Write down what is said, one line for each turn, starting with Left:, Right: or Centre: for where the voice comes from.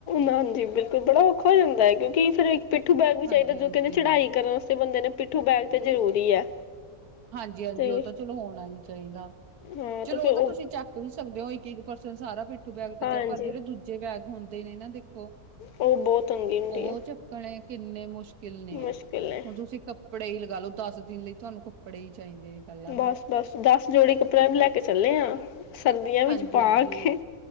Left: ਹਾਂਜੀ ਬਿਲਕੁਲ ਬੜਾ ਔਖਾ ਹੋ ਜਾਂਦਾ ਹੈ ਕਿਉਂਕਿ ਫਿਰ ਪਿੱਠੂ ਬੈਗ ਵੀ ਚਾਹੀਦਾ
Right: ਹਾਂਜੀ-ਹਾਂਜੀ।
Left: ਜੋ ਕਹਿੰਦੇ ਚੜਾਈ ਕਰਨ ਵਾਸਤੇ ਬੰਦੇ ਨੇ ਪਿੱਠੂ ਬੈਗ ਤੇ ਜ਼ਰੂਰੀ ਹੈ
Right: ਹਾਂਜੀ- ਹਾਂਜੀ
Left: ਤੇ
Right: ਉਹ ਤਾਂ ਚਲੋ ਹੋਣਾ ਹੀ ਚਾਹੀਦਾ,
Left: ਹਾਂ
Right: ਚਲੋ
Left: ਤੇ ਫਿਰ
Right: ਉਹ ਤਾਂ ਤੁਸੀਂ ਚੱਕ ਤੁਸੀਂ ਸਕਦੇ ਹੋ ਇੱਕ- ਇੱਕ ਪਰਸਨ ਸਾਰਾ ਪਿੱਠੂ ਬੈਗ
Left: ਹਾਂਜੀ
Right: ਤਾਂ ਪਰ ਜਿਹੜੇ ਦੂਜੇ ਬੈਗ ਹੁੰਦੇ ਨੇ ਦੇਖੋ
Left: ਉਹ ਬਹੁਤ ਤੰਗੀ ਹੁੰਦੀ
Right: ਉਹ
Left: ਹੈ
Right: ਚੱਕਣੇ ਕਿੰਨੇ ਮੁਸ਼ਕਿਲ ਨੇ
Left: ਮੁਸ਼ਕਿਲ ਹੈ
Right: ਹੁਣ ਤੁਸੀਂ ਕੱਪੜੇ ਹੀ ਲਗਾ ਲਓ, ਦਸ ਦਿਨ ਲਈ ਤੁਹਾਨੂੰ ਕੱਪੜੇ ਹੀ ਚਾਹੀਦੇ ਪਹਿਲਾਂ
Left: ਬਸ
Right: ਤਾਂ।
Left: -ਬਸ ਦਸ ਜੋੜੀ ਕੱਪੜਿਆਂ ਦੀ ਲੈ ਕੇ ਚੱਲੇ ਆਂ ਸਰਦੀਆਂ ਵਿੱਚ
Right: ਹਾਂਜੀ-ਹਾਂਜੀ
Left: ਪਾ ਕੇ